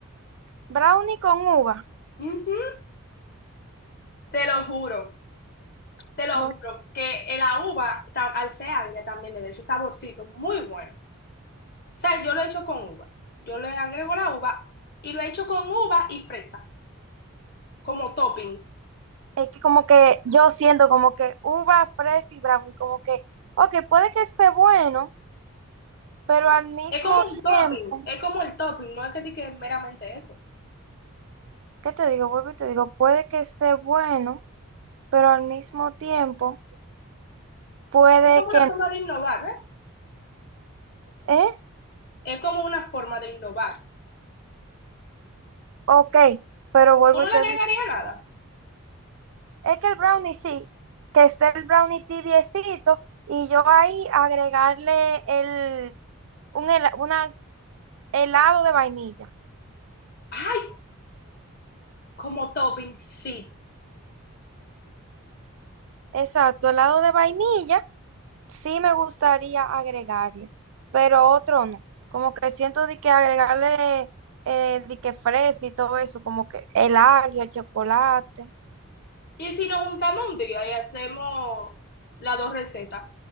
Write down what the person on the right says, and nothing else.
Brownie con uva.
No
es que como que yo siento como que uva fresa y brown, como que, ok, puede que esté bueno, pero al mismo
tiempo,
¿qué te digo? Vuelvo y te digo, puede que esté bueno, pero al mismo tiempo, puede
que,
¿eh?
Ok, pero vuelvo
y
te
digo,
es que el brownie sí, que esté el brownie tibiecito y yo ahí agregarle el, un, hela- una helado de vainilla.
Exacto, helado de vainilla sí me gustaría agregarle, pero otro no. Como que siento de que agregarle eh, de que fresa y todo eso, como que el agrio, el chocolate.